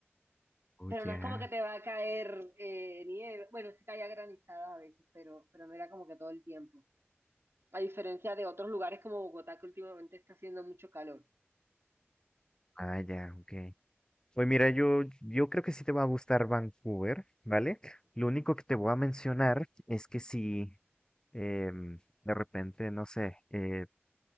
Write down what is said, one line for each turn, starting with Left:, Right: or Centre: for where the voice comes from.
Left: Oh,
Right: Pero no
Left: ya.
Right: es como que te va a caer eh, nieve. Bueno, sí caía granizadas a veces, pero, pero no era como que todo el tiempo. A diferencia de otros lugares como Bogotá, que últimamente está haciendo mucho calor.
Left: Ah, ya, ok. Pues mira, yo, yo creo que sí te va a gustar Vancouver, ¿vale? Lo único que te voy a mencionar es que si em, de repente, no sé, eh,